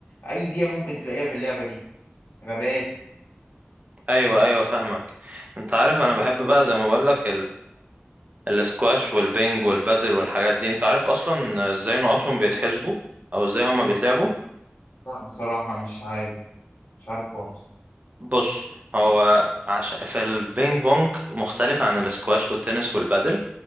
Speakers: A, on the left; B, on the right.
A: أي بيئة ممكن تلاقيها في اللعبة دي غابات
B: ايوه ايوه فاهمك انت عارف انا بحب بقى زي ما بقول لك الاسكواش والبنج والبادل والحاجات دي انت عارف اصلا ازاي نقطهم بيتحسبوا او ازاي هما بيتلعبوا
A: لا بصراحة مش عارف مش عارف خالص
B: بص هو عشان في البينج بونج مختلف عن الاسكواش والتنس والبادل